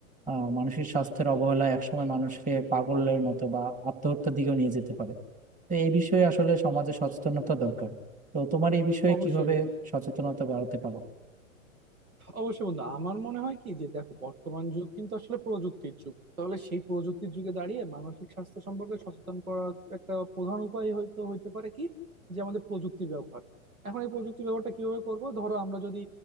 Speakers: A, on the right; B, on the right.
A: আহ, মানসিক স্বাস্থ্যের অবহেলা একসময় মানুষকে পাগলের মতো বা আত্মহত্যার দিকেও নিয়ে যেতে পারে তো এই বিষয়ে আসলে সমাজে সচেতনতা দরকার তো তোমার এই বিষয়ে
B: অবশ্যই
A: কিভাবে
B: বন্ধু
A: সচেতনতা বাড়াতে পারো
B: অবশ্যই বন্ধু আমার মনে হয় কি যে দেখো বর্তমান যুগ কিন্তু আসলে প্রযুক্তির যুগ তাহলে সেই প্রযুক্তির যুগে দাঁড়িয়ে মানসিক স্বাস্থ্য সম্পর্কে সচেতন করার একটা প্রধান উপায় হয়তো হইতে পারে কি যে আমাদের প্রযুক্তির ব্যবহার এখন এই প্রযুক্তির ব্যবহারটা কিভাবে করব ধরো আমরা যদি